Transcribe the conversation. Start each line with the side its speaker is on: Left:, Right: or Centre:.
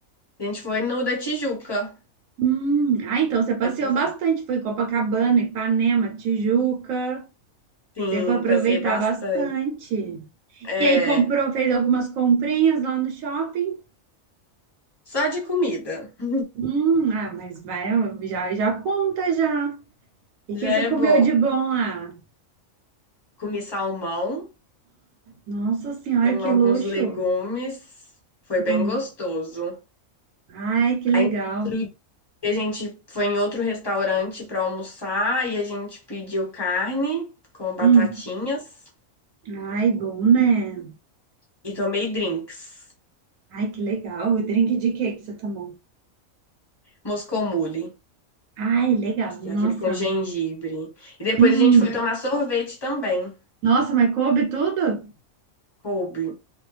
Left: A gente foi no da Tijuca.
Right: Hum, ah, então você passeou
Left: Da Tijuca.
Right: bastante, foi em Copacabana, Ipanema, Tijuca.
Left: Sim,
Right: Deu para aproveitar
Left: passei bastante.
Right: bastante.
Left: É,
Right: E aí comprou, fez algumas comprinhas lá no shopping.
Left: só de comida. <laughs>
Right: Hum, ah, mas vai, já, já conta já. E
Left: Já
Right: que você
Left: é
Right: comeu
Left: bom.
Right: de bom lá?
Left: Comi salmão.
Right: Nossa senhora,
Left: com
Right: que
Left: alguns
Right: luxo.
Left: legumes. Foi bem
Right: Hum,
Left: gostoso.
Right: ai, que legal.
Left: Aí, no outro dia, a gente foi em outro restaurante para almoçar e a gente pediu carne com batatinhas
Right: Hum, ai, bom, né?
Left: e tomei drinks.
Right: Ai, que legal. O drink de quê que você tomou?
Left: Moscou Mule,
Right: Ai, legal.
Left: que
Right: Nossa.
Left: é aquele com gengibre. E depois
Right: Hum,
Left: a gente foi tomar sorvete também.
Right: nossa, mas coube tudo?
Left: Coube.